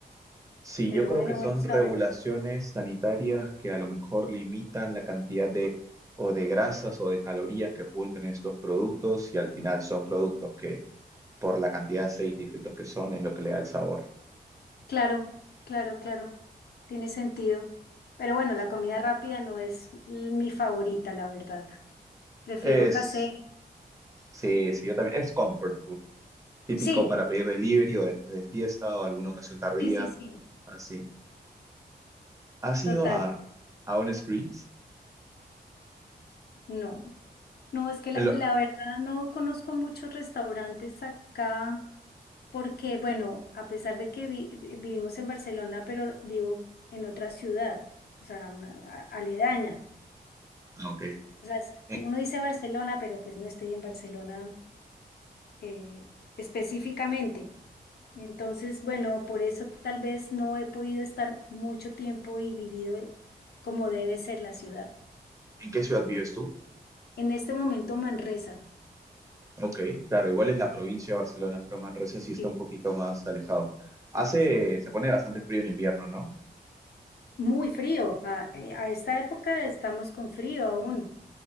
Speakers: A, on the right (about 20°); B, on the left (about 75°).
A: Sí,
B: pero
A: yo creo
B: bueno,
A: que son
B: bueno, saber.
A: regulaciones sanitarias que a lo mejor limitan la cantidad de o de grasas o de calorías que pueden tener estos productos y al final son productos que por la cantidad de aceite y filtros que son es lo que le da el sabor.
B: Claro, claro, claro, tiene sentido. Pero bueno,
A: Sí.
B: la comida rápida no es mi favorita, la verdad. Prefiero
A: Es,
B: casera.
A: sí, sí, yo también. Es comfort food, típico
B: Sí,
A: para pedir delivery o después de fiesta o alguna ocasión tardía,
B: sí, sí, sí,
A: así. ¿Has
B: total.
A: ido a, a un Screens?
B: No, no, es que la,
A: Lo-
B: la verdad no conozco muchos restaurantes acá porque, bueno, a pesar de que vi- vivimos en Barcelona, pero vivo en otra ciudad, o sea, una- a- aledaña.
A: ah, ok.
B: O sea, es-
A: ¿En,
B: uno dice Barcelona, pero pues no estoy en Barcelona eh, específicamente. Entonces, bueno, por eso tal vez no he podido estar mucho tiempo y vivido como debe ser la ciudad.
A: en qué ciudad vives tú?
B: En este momento, Manresa.
A: Ok, claro, igual es la provincia de Barcelona, pero Manresa sí
B: Sí,
A: está un poquito más alejado. Hace,
B: sí.
A: se pone bastante frío en invierno, ¿no?
B: Muy frío. A, eh, a esta época estamos con frío aún.